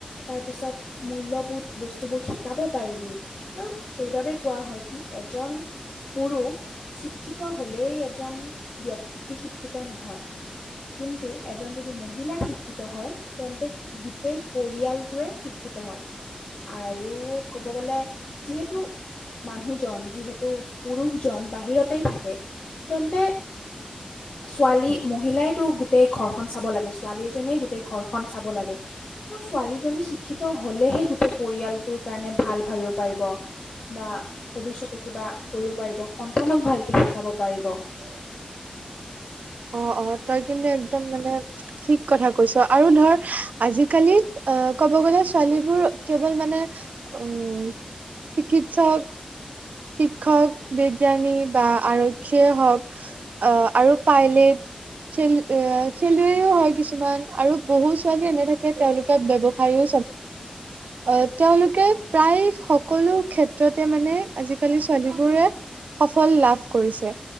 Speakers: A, on the left; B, on the right.
A: তাৰপিছত মূল্যবোধ। বস্তুবোৰ শিকাব পাৰিবি আৰু সেইবাবে কোৱা হয় কি এজন। পুৰুষ শিক্ষিত হলেই এজন ব্যক্তি শিক্ষিত নহয়। কিন্তু এজন যদি মহিলা শিক্ষিত হয় তেন্তে গোটেই পৰিয়ালটোৱে শিক্ষ শিক্ষিত হয় আৰু ক'ব গ'লে যিহেতু। মানুহজন যিহেতু পুৰুষজন বাহিৰতেই থাকে তেন্তে। ছোৱালী মহিলাইতো গোটেই ঘৰখন চাব লাগে ছোৱালী এজনীয়ে গোটেই ঘৰখন চাব লাগে। অহ ছোৱালীজনী শিক্ষি। শিক্ষিত হলেহে গোটেই পৰিয়ালটোৰ কাৰণে ভাল ভাবিব পাৰিব বা ভৱিষ্যতৰ কিবা। বা কৰিব পাৰিব সন্তানক ভালকৈ শিকাব পাৰিব।
B: <unintelligible> অহ অহ তই কিন্তু একদম মানে ঠিক কথা কৈছ আৰু ধৰ আজিকালি অহ কব গলে ছোৱালীবোৰ কেৱল মানে উম চিকিৎসক। শিক্ষক বিজ্ঞানী বা আৰক্ষীয়ে হওঁক অহ আৰু পাইলেট। খেল এ খেলুৱৈও হয় কিছুমান আৰু বহু ছোৱালী এনে থাকে তেওঁলোকে ব্যৱসায়ো। আহ তেওঁলোকে প্ৰায় সকলো ক্ষেত্ৰতে মানে। আজিকালি ছোৱালীবোৰে সফল লাভ কৰিছে